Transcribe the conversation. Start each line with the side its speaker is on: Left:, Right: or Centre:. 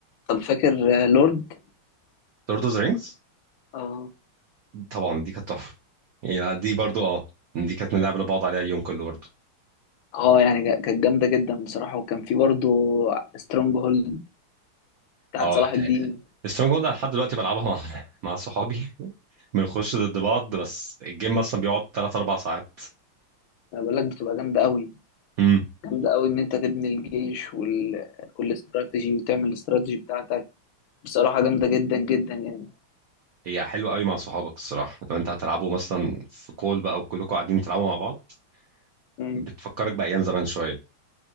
Left: طب فاكر آه، لورد
Right: لورد اوف ذا رينجز
Left: اه
Right: طبعا دي كانت تحفه يعني دي برضو اه دي كانت بنلعب لبعض عليها يوم كله برضو
Left: اه يعني جا- كانت جامدة جدا بصراحة وكان في برضه سترونج هولد بتاعت
Right: اه
Left: صلاح الدين
Right: سترونج هولد أنا لحد دلوقتي بلعبها مع <laughs> مع صحابي بنخش ضد بعض بس الجيم مثلا بيقعد 3 4 ساعات
Left: انا بقول لك بتبقى جامدة قوي
Right: امم
Left: جامدة قوي ان انت تبني الجيش وال... والاستراتيجي وتعمل الاستراتيجي بتاعتك بصراحة جامدة جدا جدا يعني
Right: هي حلوه قوي مع صحابك الصراحه لو انت هتلعبوا مثلا في كول بقى وكلكم قاعدين تلعبوا مع بعض
Left: مم.
Right: بتفكرك بايام زمان شويه